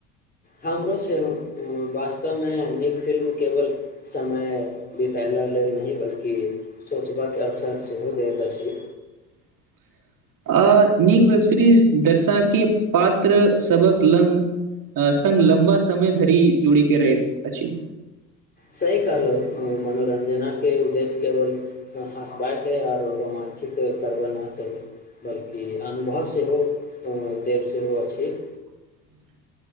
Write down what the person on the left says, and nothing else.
हमरो सब वास्तव मे नीक फिल्म केवल समय बिताब ओकरा ल नीक व्यक्ति अछि सोचबाक अवसर सेहो रहैत अछि
सही कहलहु मनोरञ्जनक उद्देश्य केवल हँसबाक आऔर रोमान ठीको करबना चाही बल्कि अनुभव सेहो देव सेहो अछि